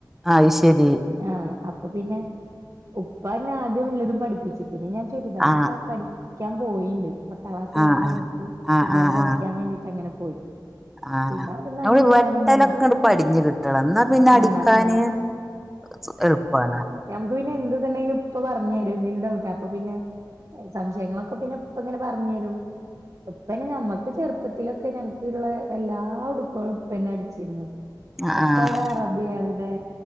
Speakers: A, in the centre; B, on the right (about 45°).
A: ആ ശരി
B: ആഹ അപ്പൊ പിന്നെ ഉപ്പന്നെ ആദ്യം വല്ലതും പഠിപ്പിച്ച് പിന്നെ ഞാൻ ചുരിദാറൊക്കെ
A: ആഹ്
B: പഠിക്കാൻ പോയിണ്ട് പത്താം ക്ലാസ് കഴിഞ്ഞ
A: ആഹ്
B: സമയത്ത്
A: ആഹ്
B: ചുരിദാറ്
A: ആഹ് ആഹ്
B: പഠിക്കാൻ
A: ആഹ്
B: വേണ്ടിട്ട് അങ്ങനെ പോയി.
A: ആഹ്
B: പിന്നെ അവിടുന്ന്
A: നമ്മള്
B: അങ്ങനെ
A: വെട്ടലൊക്കെ
B: ഞാനിങ്ങനെ അടിക്കും
A: പ്പ അടിഞ് കിട്ടണം എന്നാ പിന്നെ അടിക്കാന്
B: ആഹ് ആഹ്
A: <unintelligible> എളുപ്പാണ്.
B: ഞമ്മക്ക് പിന്നെ എന്ത് തന്നെ ണെലും ഇപ്പ പറഞ്ഞു തരും മെയിൻ ഡൗട്ട് അപ്പൊ പിന്നെ സംശയങ്ങളൊക്കെ പിന്നെ ഉപ്പ ഇങ്ങനെ പറഞ്ഞ്തരും ഉപ്പനെ ഞമ്മക്ക് ചെറു പ്പത്തിലൊക്കെ ഞങ്ങൾക്ക് ള്ള എല്ലാ ഉടുപ്പുകളും ഉപ്പന്നെ അടിച്ചിരുന്നത്.
A: ആഹ്
B: ഉപ്പാടെ അറബികളടെ